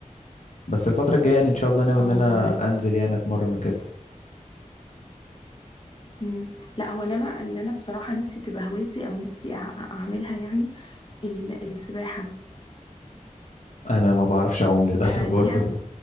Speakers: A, on the left (about 65°); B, on the left (about 40°).
A: بس الفترة الجاية يعني ان شاء الله ناوي
B: اه
A: ان انا
B: ما كملتش
A: انزل يعني اتمرن وكده
B: امم لا هو اللي انا اللي انا بصراحه نفسي تبقى هوايتي او نفسي أع- اعملها يعني ال- السباحه
A: انا ما بعرفش اعوم للاسف
B: آه
A: برضو
B: ليها